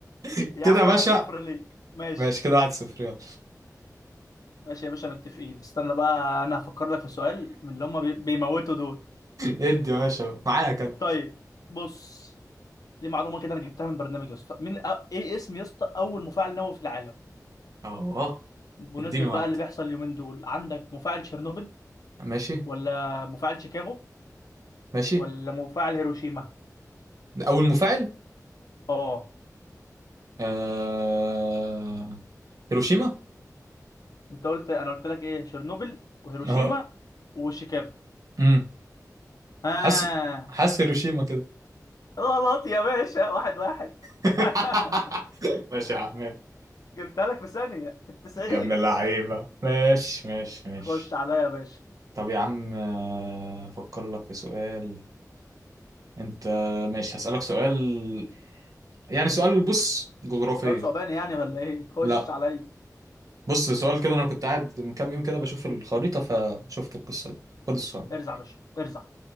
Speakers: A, on the right; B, on the left.
A: كده
B: يا عم
A: يا
B: واحد
A: باشا
B: صفر ليه ماشي
A: ماشي كده واحد صفر يلا
B: ماشي يا باشا متفقين استنى بقى انا هفكر لك في سؤال من اللي هم بي- بيموتوا دول
A: ادي يا باشا معايا كان
B: طيب بص دي معلومه كده انا جبتها من برنامج يا اسطى مين أ... ايه اسم يا اسطى اول مفاعل نووي في العالم
A: اه
B: بمناسبه
A: اديني واحده
B: بقى اللي بيحصل اليومين دول عندك مفاعل تشيرنوبل
A: ماشي
B: ولا مفاعل شيكاغو
A: ماشي
B: ولا مفاعل هيروشيما
A: أول مفاعل
B: اه
A: آه... هيروشيما
B: انت قلت انا قلت لك ايه تشيرنوبل وهيروشيما
A: اه
B: وشيكاغو
A: امم
B: ها
A: حاسس حاسس هيروشيما كده
B: غلط يا باشا واحد واحد <laughs>
A: <laughs> ماشي يا عم
B: جبتها لك في ثانيه في التسعين
A: يا ابن اللعيبة ماشي ماشي ماشي
B: خش عليا يا باشا
A: طب يا عم آه، أفكر لك في سؤال أنت ماشي هسألك سؤال يعني سؤال بص جغرافية
B: سؤال صعباني يعني ولا ايه خش
A: لا
B: عليا
A: بص سؤال كده أنا كنت قاعد من كام يوم كده بشوف الخريطة فشفت القصة دي خد السؤال ده
B: ارزع يا باشا ارزع